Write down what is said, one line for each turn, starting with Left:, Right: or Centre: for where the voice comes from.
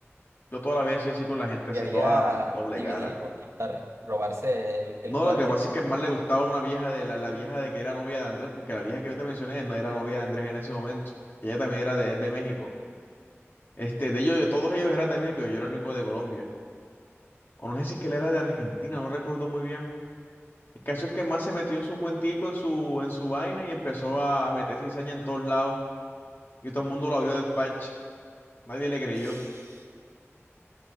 Left: Yo toda la vida he sido así con la gente así
Right: Quería
Left: toda doble
Right: dividir
Left: cara.
Right: y conquistar, robarse el, el
Left: No,
Right: parche.
Left: lo que pasa es que más le gustaba una vieja de la, la vieja de que era novia de Andrés, porque la vieja que yo te mencioné no era novia de Andrés en ese momento. Ella también era de, es de México. Este, de ellos, de todos ellos eran de México y yo era el único de Colombia. O no sé si es que él era de Argentina, no recuerdo muy bien. El caso es que más se metió en su cuentico, en su, en su vaina y empezó a meter cizaña en todos lados. Y todo el mundo lo abrió de parche, Nadie le creyó.
Right: <laughs>